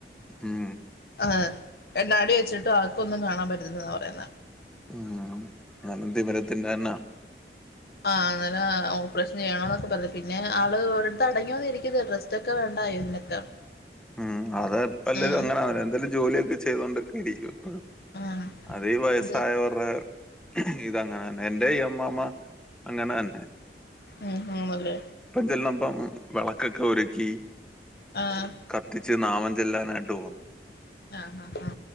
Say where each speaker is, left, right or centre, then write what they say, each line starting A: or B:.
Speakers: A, in the centre; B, on the left.
A: ഉം
B: ആഹ് കണ്ണാടി വെച്ചിട്ട് ആക്കൊന്നും കാണാൻ പറ്റുന്നില്ലെന്നാ പറയുന്നേ
A: ഉം അന്നേരം തിമിരത്തിന്റെ തന്നാ.
B: ആഹ് അന്നേരാ ഓപ്പറേഷൻ ചെയ്യണോന്നൊക്കെ പറഞ്ഞ്, പിന്നെ ആള് ഒരിടത്ത് അടങ്ങിയൊതുങ്ങി ഇരിക്കില്ല റെസ്റ്റ് ഒക്കെ വേണ്ടായോ ഇതിനൊക്കെ. <inaudible>
A: ഉം അത് എല്ലരും
B: ഉം
A: അങ്ങനാ. എന്തേലും ജോലിയൊക്കെ ചെയ്തോണ്ടൊക്കെ ഇരിക്കും എപ്പഴും.
B: ഉം
A: അതീ വയസ്സായവർടെ
B: ഇത്
A: ഇതങ്ങനെ തന്നെ. എന്റെ ഈ അമ്മാമ്മ അങ്ങനെ തന്നെ.
B: ഉം ഉം അതെ.
A: ഇപ്പം ചെന്നപ്പം വിളക്കൊക്കെ ഒരുക്കി.
B: ആഹ്
A: കത്തിച്ച് നാമം ചെല്ലാനായിട്ട് പോകുന്നു.
B: ആഹ് ഹാ ഹാ